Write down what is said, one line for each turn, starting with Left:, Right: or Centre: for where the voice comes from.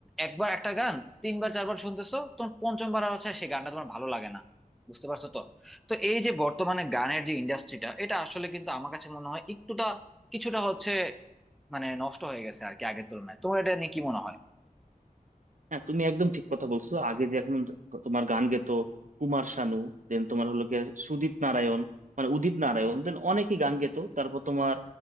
Centre: একবার একটা গান তিনবার চারবার শুনতেছো তোমার পঞ্চমবার আর হচ্ছে সেই গানটা তোমার ভালো লাগে না বুঝতে পারছো তো তো এই যে বর্তমানে গানের যে ইন্ডাস্ট্রিটা এটা আসলে কিন্তু আমার কাছে মনে হয় একটুটা কিছুটা হচ্ছে মানে নষ্ট হয়ে গেছে আর কি আগের তুলনায় তোমার এটা নিয়ে কি মনে হয়
Right: হ্যাঁ তুমি একদম ঠিক কথা বলছো আগে যে এখন তোমার গান গেতো কুমার শানু দেন তোমার হলো গিয়ে সুদীপ নারায়ণ মানে উদিত নারায়ণ দেন অনেকেই গান গেতো তারপর তোমার